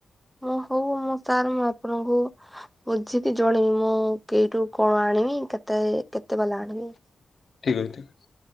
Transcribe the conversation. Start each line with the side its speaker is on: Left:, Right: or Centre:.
Centre: ଓ ହଉ ମୁଁ ସାର୍ ମୁଁ ଆପଣଙ୍କୁ ବୁଝିକି ଜଣେଇବି ମୁଁ କେଇଠୁ କଣ ଆଣିବି କେତେ କେତେ ବାଲା ଆଣିବି
Left: ଠିକ୍ ଅଛି ଠିକ ଅଛି